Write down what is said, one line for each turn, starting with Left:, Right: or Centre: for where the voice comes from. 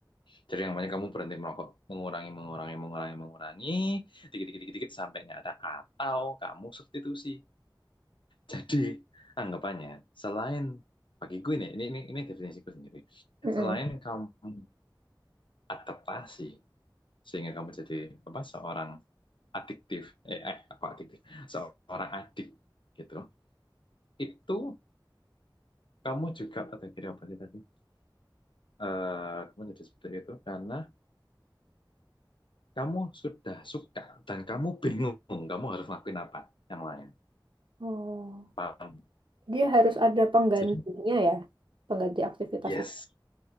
Left: Jadi yang namanya kamu berhenti merokok, mengurangi, mengurangi, mengurangi, mengurangi, dikit, dikit, dikit, dikit sampai nggak ada. Atau kamu substitusi. Jadi anggapannya selain bagi gue nih, ini ini ini definisiku sendiri.
Right: Mm-mm.
Left: Selain kamu adaptasi sehingga kamu jadi apa seorang adiktif, eh, eh apa adiktif, seorang adik gitu. Itu kamu juga pada diri apa sih tadi? eh kamu jadi seperti itu karena kamu sudah suka dan kamu bingung kamu harus ngelakuin apa yang lain.
Right: Oh,
Left: Paham?
Right: dia harus ada penggantinya
Left: Jadi,
Right: ya, pengganti aktivitas
Left: yes,
Right: itu.